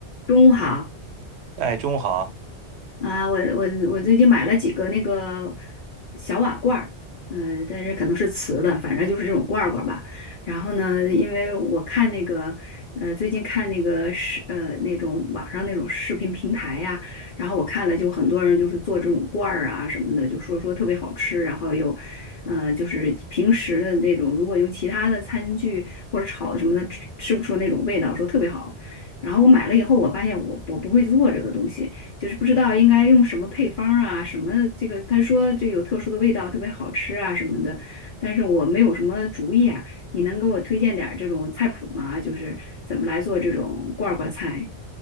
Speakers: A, on the left (about 55°); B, on the right (about 70°).
A: 中午好
B: 哎，中午好啊，
A: 啊，我我我最近买了几个那个小瓦罐儿，嗯、但是可能是瓷的，反正就是这种罐儿罐儿吧。然后呢，因为我看那个呃，最近看那个视呃那种网上那种视频平台呀、然后我看了就很多人就是做这种罐儿啊什么的，就说说特别好吃，然后又呃就是平时的那种，如果用其他的餐具或者炒的什么的，吃吃不出那种味道，说特别好。然后我买了以后，我发现我我不会做这个东西。就是不知道应该用什么配方啊，什么这个，他说这个有特殊的味道，特别好吃啊什么的，但是我没有什么主意啊，你能给我推荐点儿这种菜谱吗？就是怎么来做这种罐儿罐菜